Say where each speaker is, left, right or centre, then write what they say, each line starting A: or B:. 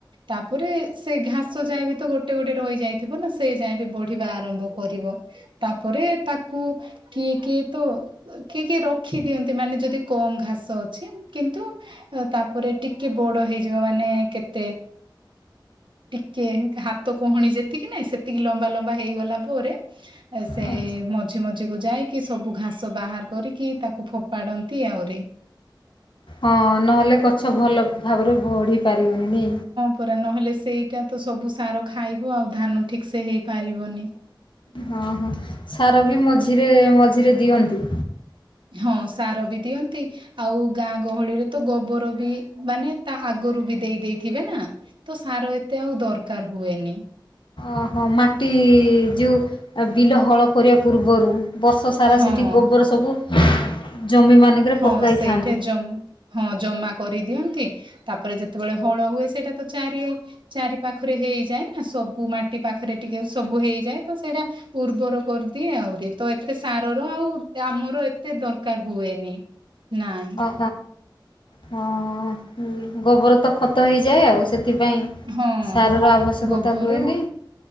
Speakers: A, on the right (about 70°); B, on the left (about 70°).
A: ତାପରେ ସେ ଘାସ ଯାଏ ବି ତ ଗୋଟେ ଗୋଟେ ରହିଯାଏ। ଥିବ ନା ସେ ଯାଏ ବି ବଢିବା ଆରମ୍ଭ କରିବ ତାପରେ ତାକୁ କିଏ -କିଏ ତ କିଏ -କିଏ ରଖିଦିଅନ୍ତି। ମାନେ ଯଦି କମ ଘାସ ଅଛି। କିନ୍ତୁ ତାପରେ ଟିକେ ବଡ ହେଇଯିବ। ମାନେ କେତେ ଟିକେ ଏମିତି ହାତ କୁହୁଣ ଯେ ତିକି ନାଇଁ ସେତିକି ଲମ୍ବା -ଲମ୍ବା ହେଇଗଲା ପରେ ସେ
B: ଆଚ୍ଛା।
A: ମ ମଝି ମଝିକୁ ଯାଇକି ସବୁ ଘାସ ବାହାର କରିକି ତାକୁ ଫୋପାଡ଼ନ୍ତି। ଆହୁରି
B: ହଁ ନହେଲେ ଗଛ ଭଲ ଭାବରେ ବଢ଼ି ପାରିବନି।
A: ଖରା ନହେଲେ ସେଇଟା ତ ସବୁ ସାର ଖାଇବ ଆଉ ଧାନ ଠିକ ସେ ହେଇ ପାରିବନି।
B: ହଁ -ହଁ ସାର ବି ମଝିରେ- ମଝିରେ ଦିଅନ୍ତି।
A: ହଁ ସାର ବି ଦିଅନ୍ତି। ଆଉ ଗାଁ ଗହଳିରେ ତ ଗୋବର ବି ମାନେ ତା ଆଗରୁ ବି ଦେଇ ଦେଇେଥିବେ ନା ତ ସାର ଏତେ ଆଉ ଦରକାର ହୁଏନି।
B: ଅହୋ ମାଟି ଯେଉଁ ବିଲ ହଳ କରିବା ପୂର୍ବରୁ ବର୍ଷ ସାରା
A: ହଁ
B: ସେଠି ଗୋବର ସବୁ ଜମିମାନଙ୍କରେ
A: ହଁ
B: ପକାଇଥାନ୍ତି।
A: ସେଇଠା ଜମା ହଁ ଜମା କରିଦିଅନ୍ତି ତାପରେ ଯେତେବେଳେ ହଳ ହୁଏ। ସେଇଟା ତ ଚାରିଆ ଚାରି ପାଖରେ ହେଇଯାଏ ନା ସବୁ ମାଟି ପାଖରେ ଟିକେ ସବୁ ହେଇଯାଏ। ତ ସେଇଟା ଉର୍ବର କରିଦିଏ ଆଉ ଇଏ ତ ଏତେ ସାରର ଆଉ ଆମର ଏତେ ଦରକାର ହୁଏନି। ନାଇଁ
B: ହଁ ହଁ ଗୋବର ତ ଖତ ହେଇଯାଏ। ଆଉ ସେଥିପାଇଁ
A: ହଁ
B: ସାର ର ଆବଶ୍ୟକତା
A: ଗୋବର
B: ହୁଏନି।